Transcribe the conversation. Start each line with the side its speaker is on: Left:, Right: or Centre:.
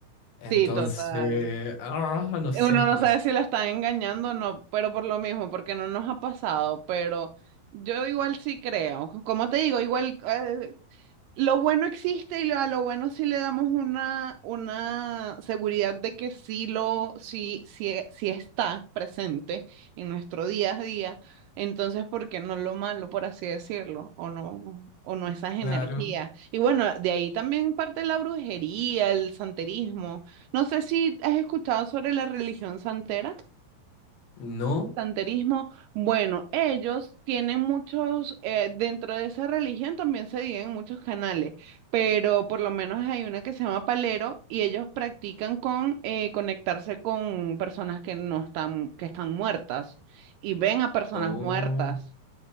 Left: Entonces,
Right: Sí, total.
Left: ah, no
Right: Uno
Left: sé,
Right: no
Left: no
Right: sabe
Left: sé.
Right: si la están engañando o no, pero por lo mismo, porque no nos ha pasado, pero yo igual sí creo. Como te digo, igual eh, lo bueno existe y lo- a lo bueno sí le damos una, una seguridad de que sí lo, sí, sí, sí está presente en nuestro día a día. Entonces, ¿por qué no lo malo, por así decirlo? O no, o no esas energías.
Left: Claro,
Right: Y bueno, de ahí también parte la brujería, el santerismo. No sé si has escuchado sobre la religión santera.
Left: no.
Right: Santerismo, bueno, ellos tienen muchos, eh, dentro de esa religión también se dividen muchos canales, pero por lo menos hay una que se llama Palero y ellos practican con eh, conectarse con personas que no están, que están muertas y ven a personas
Left: Oh,
Right: muertas